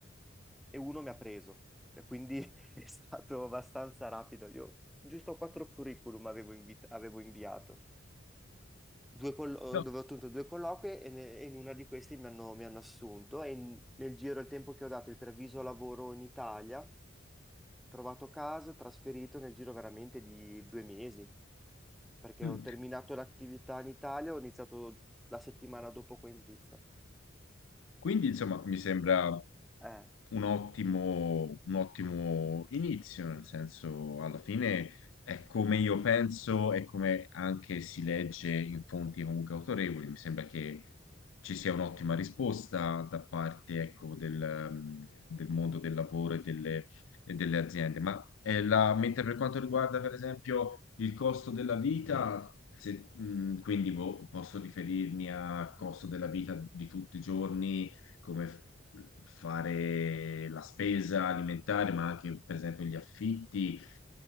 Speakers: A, in the centre; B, on the left.
A: e uno mi ha preso. Cioè, quindi <laughs> è stato abbastanza rapido. Io giusto quattro curriculum avevo, invit- avevo inviato. Due collo-
B: No.
A: dove ho ottenuto due colloqui e, ne- e in una di questi mi hanno, mi hanno assunto. E in- nel giro del tempo che ho dato il preavviso lavoro in Italia, ho trovato casa, trasferito nel giro veramente di due mesi. perché
B: Mm.
A: ho terminato l'attività in Italia, ho iniziato la settimana dopo qua in Svizzera.
B: Quindi, insomma, mi sembra
A: Eh,
B: un ottimo, un ottimo inizio, nel senso, alla fine è come io penso e come anche si legge in fonti comunque autorevoli. Mi sembra che ci sia un'ottima risposta da parte, ecco, del, mm, del mondo del lavoro e delle, e delle aziende. Ma eh, la- mentre per quanto riguarda,
A: sì.
B: per esempio, il costo della vita. se- mm, quindi boh, posso riferirmi al costo della vita di tutti i giorni, come f- fare la spesa alimentare, ma anche per esempio gli affitti.